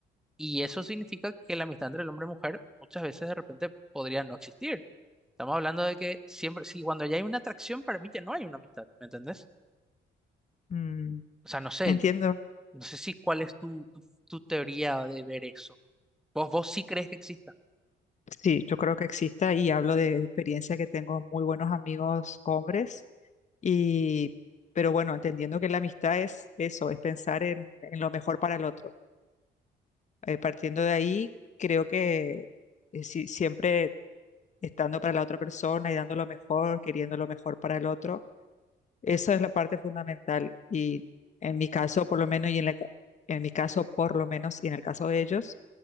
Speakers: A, in the centre; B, on the left.
A: Y eso significa que la amistad entre el hombre y mujer muchas veces de repente podría no existir. Estamos hablando de que siempre, si cuando ya hay una atracción, para mí ya no hay una amistad, ¿me entendés?
B: Mm,
A: O sea, no sé,
B: entiendo.
A: no, no sé si cuál es tu, tu, tu teoría de ver eso. Vos, vos sí crees que exista,
B: Sí, yo creo que exista y hablo de experiencia que tengo muy buenos amigos hombres y, pero bueno, entendiendo que la amistad es eso, es pensar en, en lo mejor para el otro. Eh, partiendo de ahí, creo que eh, si- siempre estando para la otra persona y dando lo mejor, queriendo lo mejor para el otro Esa es la parte fundamental y en mi caso por lo menos y en, la ca- en mi caso por lo menos y en el caso de ellos